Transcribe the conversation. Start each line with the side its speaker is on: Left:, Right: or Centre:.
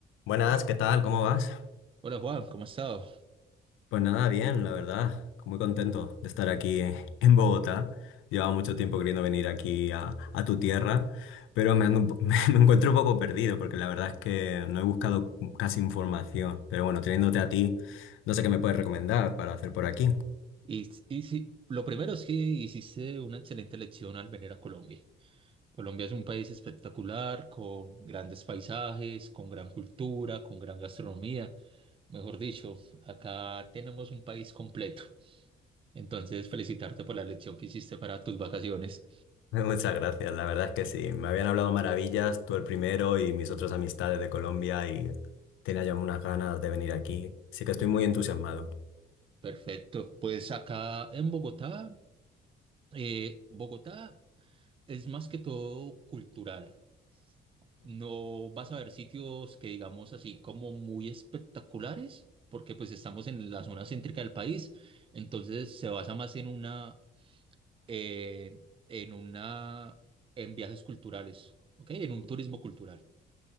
Left: Buenas, ¿qué tal? ¿Cómo vas?
Right: Hola Juan, ¿cómo has estado?
Left: Pues nada, bien, la verdad. Muy contento de estar aquí en Bogotá. Llevaba mucho tiempo queriendo venir aquí a, a tu tierra, pero me, ando un po- <laughs> me encuentro un poco perdido porque la verdad es que no he buscado casi información. Pero bueno, teniéndote a ti, no sé qué me puedes recomendar para hacer por aquí.
Right: Y, y sí, lo primero es que hiciste una excelente elección al venir a Colombia. Colombia es un país espectacular, con grandes paisajes, con gran cultura, con gran gastronomía. Mejor dicho, acá tenemos un país completo. Entonces, felicitarte por la elección que hiciste para tus vacaciones.
Left: <laughs> Muchas gracias, la verdad es que sí. Me habían hablado maravillas, tú el primero y mis otras amistades de Colombia y tenía ya unas ganas de venir aquí. Sí que estoy muy entusiasmado.
Right: Perfecto. Pues acá en Bogotá, eh, Bogotá es más que todo cultural. No vas a ver sitios que digamos así como muy espectaculares, porque pues estamos en la zona céntrica del país, entonces se basa más en una, eh, en una, en viajes culturales, ¿ok? En un turismo cultural.